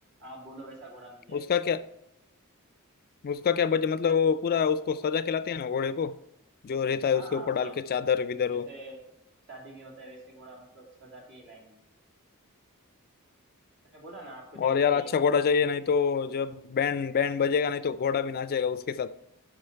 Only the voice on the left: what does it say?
उसका क्या उसका क्या बजट मतलब वो पूरा उसको सजा के लाते हैं ना घोड़े को जो रहता है
उसके
ऊपर
डाल के चादर विदर
वो
और यार
अच्छा
घोड़ा चाहिए नहीं तो जब बैंड बैंड बजेगा नहीं तो घोड़ा भी नाचेगा उसके साथ